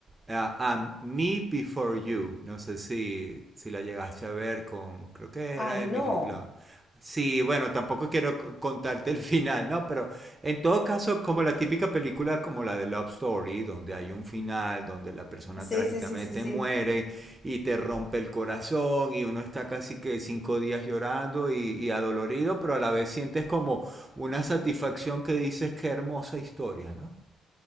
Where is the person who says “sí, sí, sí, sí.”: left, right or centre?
Left